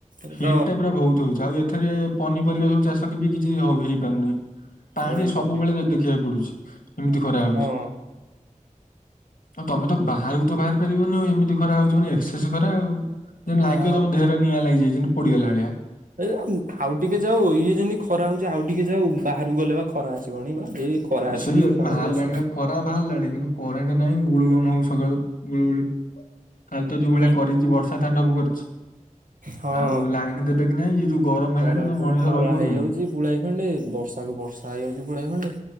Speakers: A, on the right (about 80°); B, on the left (about 85°).
A: ଏ
B: ହିଟ
A: ତ
B: ଟା ପୁରା ବହୁତ ହଉଚି। ଆଉ ଏଥରେ ପନିପରିବା ସବୁ ଚାଷ କେ ବି କିଛି ହଉ ହେଇପାରୁନି। ପାଣି
A: ଇଏ
B: ସବୁବେଳେ
A: କରୁନି
B: ଦେଖିବାକୁ ପଡୁଚି ଏମିତି ଖରା ହଉଚି।
A: ହଁ
B: ଆଉ ତମେ ତ ବାହାରକୁ ତ ବାହାରି ପାରିବନି ଆଉ ଏମିତି ଖରା ହଉଚି ମାନେ ଏକ୍ସସେସ ଖରା। ଯେମତି ଲାଗିବ
A: ହଁ।
B: ତମ ଦେହରେ ନିଆଁ ଲାଗିଯାଇଚି ଯେମିତି ପୋଡିଗଲା ଭଳିଆ।
A: ଏ ଆଉ ଟିକେ ଯାଉ ଇଏ ଯେମିତି ଖରା ହଉଚି ଆଉ ଟିକେ ଯାଉ ବାହାରକୁ ଗଲେ ବା ଖରା ଆସିବଣିି ବା ଏଇ ଖରା ଆସିବି
B: ସେଇ ଏବେ
A: ଖରା
B: ବାହାରିଲାଣି
A: ବି ଆସିଲାଣି
B: ବା ଖରା ବାହାରିଲାଣି କିନ୍ତୁ କରେଣ୍ଟ ନାହିଁ ଗୁଳୁଗମ ହଉ ସକାଳୁ ଗୁଳୁଗୁଳି। କାଲି ତ ଯୋଉ ଭଳିଆ
A: ହୁଁ
B: କରିଚି ବର୍ଷା ତାଣ୍ଡବ କରିଚି।
A: ହଁ।
B: ଆଉ ଲାଇନ ଦେବେ କି ନାଇଁ ଇଏ ଯୋଉ ଗରମ
A: ଖରାକୁ
B: ହେଲାଣି ତ ମଣିଷ
A: ଖରା
B: ରହିବ
A: ହେଇଯାଉଛି
B: କେମିତି?
A: ପୁଳାଏ ଖଣ୍ଡେ ବଷାକୁ ବର୍ଷା ହେଇଯାଉଚି ପୁଳାଏ ଖଣ୍ଡେ।